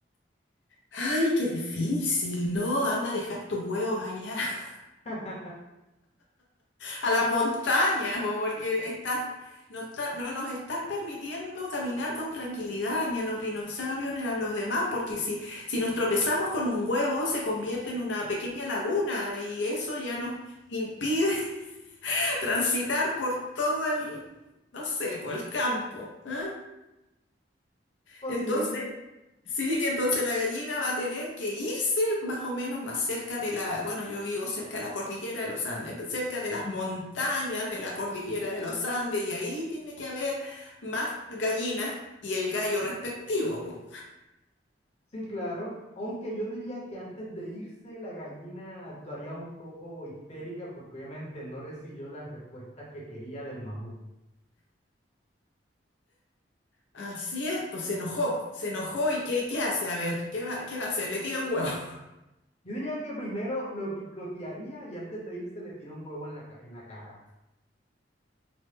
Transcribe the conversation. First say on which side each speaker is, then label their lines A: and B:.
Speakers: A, on the left; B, on the left.
A: Ay, qué difícil, ¿no? Anda a dejar tus huevos allá, <laughs>
B: <laughs>
A: a las montañas, po, porque estás, no está- no nos estás permitiendo caminar con tranquilidad, ni a los dinosaurios, ni a los demás, porque si, si nos tropezamos con un huevo, se convierte en una pequeña laguna, y eso ya nos impide <laughs> transitar por todo el, no sé, por el campo, ¿ah?
B: Posiblemente
A: Entonces, Sí, entonces la gallina va a tener que irse más o menos más cerca de la, bueno, yo vivo cerca de la cordillera de los Andes, cerca de las montañas de la cordillera de los Andes, y ahí tiene que haber más gallinas y el gallo respectivo. po.
B: Sí, claro, aunque yo diría que antes de irse la gallina actuaría un poco histérica porque obviamente no recibió las respuestas que quería del mamut.
A: Así es, pues se enojó, se enojó y ¿qué, qué hace? A ver, ¿qué va, qué va a hacer? Le tira un huevo. <laughs>
B: Yo diría que primero lo picotearía y antes de irse le tiró un huevo en la, ca- en la cara.